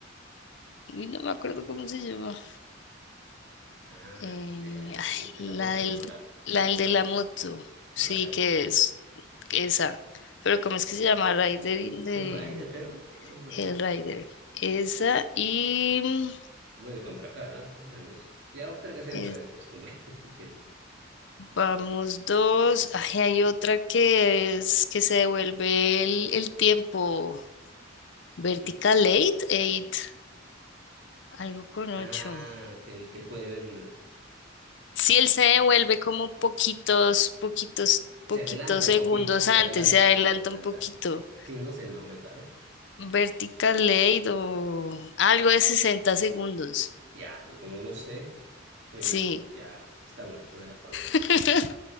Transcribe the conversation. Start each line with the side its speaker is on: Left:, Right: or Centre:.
Left: Uy, no me acuerdo cómo se llama.
Right: Ah,
Left: Eh,
Right: de,
Left: ay,
Right: de- de
Left: la
Right: la moto
Left: del,
Right: ahí con la,
Left: la
Right: con la
Left: del
Right: cabeza,
Left: de la moto,
Right: con
Left: sí
Right: la cabeza.
Left: que es esa. Pero ¿cómo es que se llama? Rider in the
Right: Hellrider, creo, o algo por
Left: Hellrider.
Right: ahí.
Left: Esa y mm,
Right: Igual de Contracara, más o menos. Ya, otra que sean
Left: eh,
Right: tres, pues, como <laughs> ya dije.
Left: vamos dos. Ay, hay otra que es que se devuelve el, el tiempo. Vertical
Right: Mm.
Left: eight eight algo con ocho
Right: Ah, que él, que él puede ver.
Left: Si él se devuelve como poquitos, poquitos,
Right: Se
Left: poquitos
Right: adelanta un
Left: segundos
Right: poquito, se
Left: antes,
Right: adelanta,
Left: se adelanta
Right: se adelanta.
Left: un poquito.
Right: Sí, no sé el nombre, ¿sabes?
Left: Vertical Late o algo de 60 segundos.
Right: Ya, pues como no sé, pues
Left: Sí.
Right: me- ya, está bueno, te voy a dar por buena.
Left: <laughs>